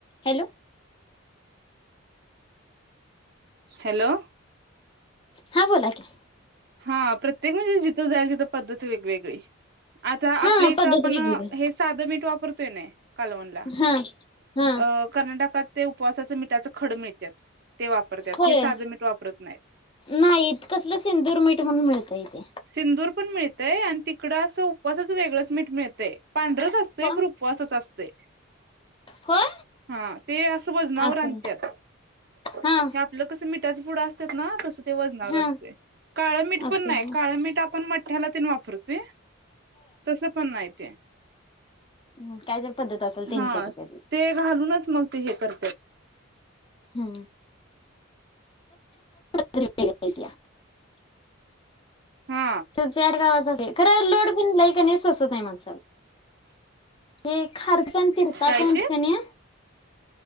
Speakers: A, on the left; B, on the right.
A: Hello
B: hello
A: हा बोला की
B: हा प्रत्येक म्हणजे जिथं जाईल तिथं पद्धत वेगवेगळी आता
A: हा
B: आपल्या इथं
A: पद्धत
B: आपण
A: वेगवेगळी
B: हे साधं मीठ वापरतोय नाही कलवनला
A: हा हा
B: अ कर्नाटकात ते उपवासाचं मिठाचं खड मिळतात ते वापरतात
A: होय.
B: हे साधं मीठ वापरत नाहीत
A: नाही कसलं सिंदूर मीठ म्हणून मिळत इथे.
B: सिंदूर पण मिळतय आणि तिकडं असं उपसाच वेगळंच मीठ मिळतंय. पांढरच असतंय
A: हो
B: खरं उपवासाचा अस तयं.
A: होय
B: हा ते असं वजनावर
A: असं
B: आणत्यात हे
A: हा
B: आपलं कस मि टाचं पुड असतात ना तसं ते वजनावर
A: हा
B: असतयं. काळं मीठ
A: असं
B: पण नाही. काळं मीठ आपण म ह्याला तेन वापरतोय. तस पण नाही ते --
A: हम् काय तरी पद्धत असलं तेच्या
B: हा
A: तिकडची --
B: ते घालूनच मग ते हे कर
A: हम्म. <unintelligible>
B: हा
A: त चार गावाचे <unintelligible> खर लोड पण लई कनी सोसतय माण -- साला. हे खार्चन तिरताच
B: काय
A: म्हणत्यात
B: ते?
A: कनी.